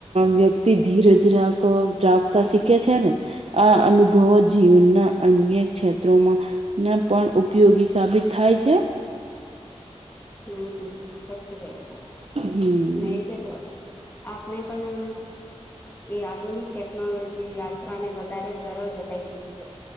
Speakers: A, on the right; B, on the left.
A: વ્યક્તિ ધીરજ રાખવા રાખતા શીખે છે ને આ અનુભવો જીવનના અન્ય ક્ષેત્રોમાં ના પણ ઉપયોગી સાબિત થાય છે
B: હમ સચ કહે તમે
A: હમ
B: નહિ તો બહુ આપને પણ એ આધુનિક ટેકનોલોજી યાત્રાને વધારે સરળ બધાઈ દી છે